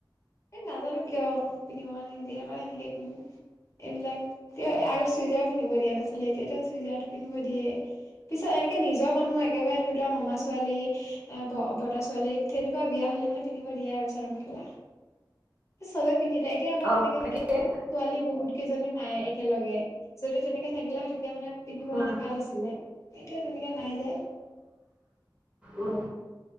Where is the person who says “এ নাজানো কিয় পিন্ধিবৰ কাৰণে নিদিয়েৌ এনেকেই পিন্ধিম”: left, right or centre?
Left